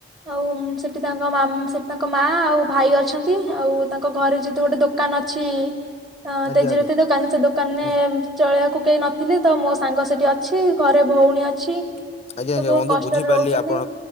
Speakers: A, on the right; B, on the left.
A: ଆଉ ସେ ସେଠି ତାଙ୍କ ମା ସେଠି ତାଙ୍କ ମା ଆଉ ଭାଇ ଅଛନ୍ତି ଆଉ ତାଙ୍କ ଘରେ ଯଦି ଗୋଟେ ଦୋକାନ ଅଛି ଅ
B: ଆଜ୍ଞା
A: ତଜିରତି
B: ଆଜ୍ଞା
A: ଦୋକାନ ସେ ଦୋକାନରେ
B: ହୁଁ
A: ଚଳେଇିବାକୁ କେହି ନଥିଲେ ତ ମୋ ସାଙ୍ଗ ସେଠି ଅଛି ଘରେ ଭଉଣୀ ଅଛି।
B: ଆଜ୍ଞା
A: ତ
B: ଆଜ୍ଞା
A: ବହୁତ
B: ବନ୍ଧୁ
A: କଷ୍ଟରେ
B: ବୁଝିପାରିଲି
A: ରହୁଛନ୍ତି
B: ଆପଣ